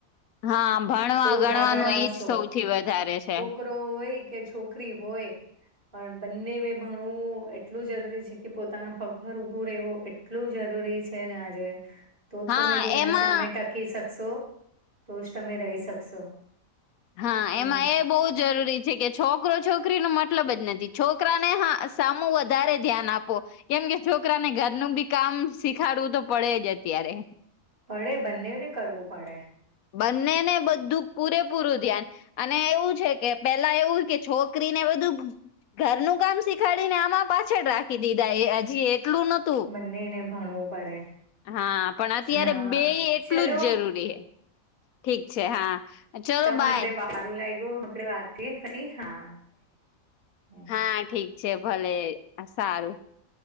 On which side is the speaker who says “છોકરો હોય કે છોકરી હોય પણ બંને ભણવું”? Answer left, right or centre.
Right